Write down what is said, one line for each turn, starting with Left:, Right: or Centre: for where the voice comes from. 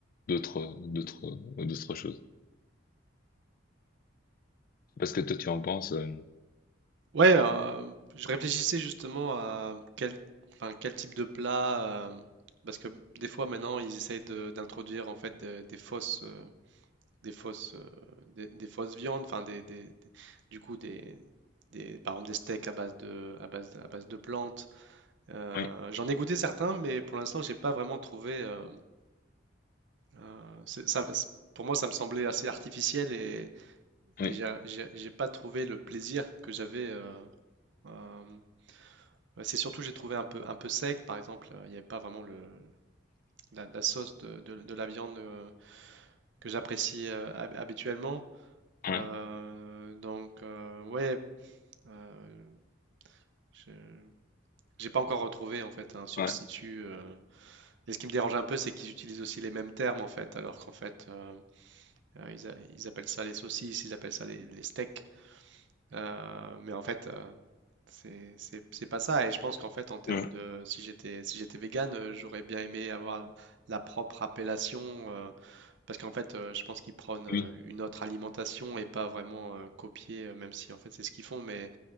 Left: D'autres, d'autres, d'autres choses. Parce que toi, tu en penses. euh,
Right: Ouais, euh, je réfléchissais justement à quel, enfin, quel type de plat, euh, parce que des fois maintenant ils essayent de- d'introduire en fait des, des fausses, des fausses, euh, des, des fausses viandes, enfin des, des- des- du coup des, des, par exemple des steaks à base de, à base de, à base de plantes. Euh,
Left: oui,
Right: j'en ai goûté certains, mais pour l'instant j'ai pas vraiment trouvé. euh, euh, c'est- ça, c'est- pour moi, ça me semblait assez artificiel et, et
Left: oui,
Right: j'ai j'ai- j'ai pas trouvé le plaisir que j'avais. euh, euh, c'est surtout j'ai trouvé un peu, un peu sec, par exemple, euh, il n'y avait pas vraiment le, la, la sauce de, de- de la viande euh, que j'apprécie euh, hab- habituellement.
Left: ouais,
Right: Euh, donc, euh, ouais, Euh, je j'ai pas encore retrouvé en fait un substitut.
Left: ouais,
Right: euh. Et ce qui me dérange un peu, c'est qu'ils utilisent aussi les mêmes termes en fait, alors qu'en fait euh, euh, ils, a- ils appellent ça les saucisses, ils appellent ça les, les steaks. Euh, mais en fait, euh, c'est c'est- c'est pas ça. Et je pense qu'en fait, en termes
Left: ouais,
Right: de si j'étais si j'étais vegan, euh, j'aurais bien aimé avoir la, la propre appellation euh, parce qu'en fait, euh, je pense qu'ils prônent euh,
Left: oui,
Right: une autre alimentation et pas vraiment euh, copier, euh, même si en fait c'est ce qu'ils font, mais